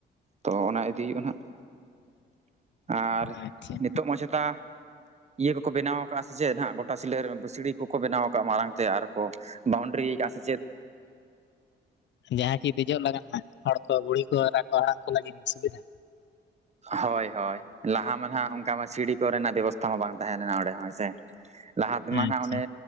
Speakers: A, on the right (about 35°); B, on the left (about 65°).
A: ᱛᱚ ᱚᱱᱟ ᱤᱫᱤ ᱦᱩᱭᱩᱜᱼᱟ ᱱᱟᱦᱟᱸᱜ ᱟᱨ
B: ᱟᱪᱪᱷᱟ
A: ᱱᱤᱛᱳᱜ ᱢᱟ ᱪᱮᱛᱼᱟ ᱤᱭᱟᱹ ᱠᱚᱠᱚ ᱵᱮᱱᱟᱣ ᱟᱠᱟᱜᱼᱟ ᱥᱮ ᱪᱮᱫ ᱱᱟᱦᱟᱸᱜ ᱜᱚᱴᱟ ᱥᱤᱞᱟᱹ ᱨᱮ ᱯᱟᱹᱥᱲᱤ ᱠᱚᱠᱚ ᱵᱮᱱᱟᱣ ᱟᱠᱟᱜᱼᱟ ᱢᱟᱲᱟᱝ ᱛᱮ ᱟᱨ ᱠᱚ ᱵᱟᱣᱱᱰᱨᱤ ᱠᱟᱜ ᱥᱮᱪᱮᱫ?
B: ᱡᱟᱦᱟᱸ ᱠᱤ ᱫᱮᱡᱚᱼᱜ ᱞᱟᱜᱟᱹᱜ ᱦᱟᱸᱜ ᱦᱚᱲᱹ ᱠᱚ ᱵᱩᱲᱦᱤ ᱠᱚ ᱮ ᱠᱚ ᱦᱟᱹᱲᱟᱢ ᱠᱚ ᱞᱟᱹᱜᱤᱫ ᱥᱩᱵᱤᱫᱷᱟ?
A: ᱦᱳᱭ ᱦᱳᱭ ᱞᱟᱦᱟ ᱢᱟ ᱱᱦᱟᱸᱜ ᱚᱱᱠᱟ ᱢᱟ ᱥᱤᱲᱤ ᱠᱚᱨᱮᱱᱟᱜ ᱵᱮᱵᱚᱥᱛᱷᱟ ᱢᱟ ᱵᱟᱝ ᱛᱟᱦᱮᱸ ᱞᱮᱱᱟ ᱚᱸᱰᱮ ᱦᱮᱸᱥᱮ? ᱞᱟᱦᱟ ᱛᱮᱹᱢᱟ
B: ᱟᱪᱪᱷᱟ
A: ᱱᱟᱜ ᱚᱱᱮ